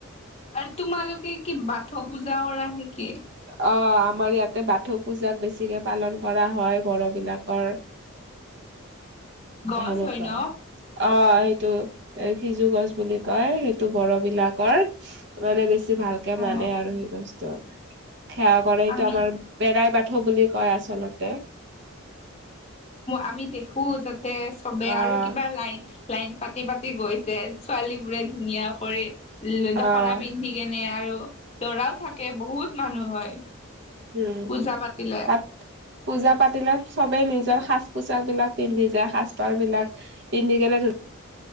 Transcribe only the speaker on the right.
অ আমাৰ ইয়াতে বাথৌ পূজাক বেছিকে পালন কৰা হয় বড়ো বিলাকৰ
সেনেকোৱা
অ যিটো এ সিজু গছ বুলি কয় সেইটো বড় বিলাকৰ মানে বেছি ভালকে
মানে আৰু সেই গছটো সেৱা কৰে এইটো
আমাৰ বেৰাই বা বুলি কয় আচলতে
অ',
অ',
উম
তাত পূজা পাতিলে চবেই নিজ, সাজ পোছাক বিলাক পিন্ধি যায় সাজ পাৰ বিলাক পিন্ধি কিনে ধুনীয়া